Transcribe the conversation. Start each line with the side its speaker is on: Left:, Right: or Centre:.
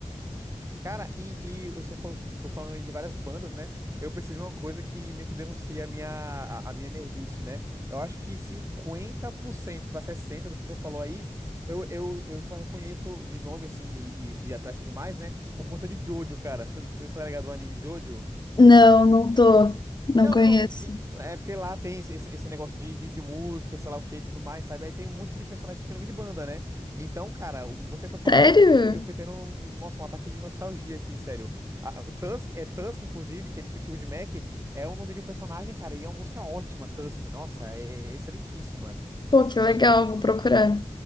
Right: Cara, e, e você fo- foi falando aí de várias bandas, né? Eu percebi uma coisa que meio que denuncia a minha, a, a minha nerdice, né? Eu acho que 50% para 60% do que você falou aí, eu, eu, eu só reconheço de nome, assim, e, e de atrás e tudo mais, né? Por conta de Jojo, cara. <laughs> Você está ligado ao anime Jojo?
Left: Não, não tô. Não
Right: Não,
Left: conheço.
Right: pronto. e- e- É porque lá tem esse, esse- esse negócio de, de, de música, sei lá o que e tudo mais, sabe? Aí tem um monte de personagem que tem nome de banda, né? Então, cara, o- você foi falando,
Left: Sério?
Right: eu fiquei, eu, vou- eu fui tendo um, nossa, um ataque de nostalgia aqui, sério. A- o Tusk, é Tusk, inclusive, que é de Fleetwood Mac, é o nome de um personagem, cara, e é uma música ótima, Tusk. Nossa, é, é excelentíssima.
Left: Pô, que legal,
Right: Inclu-
Left: vou procurar.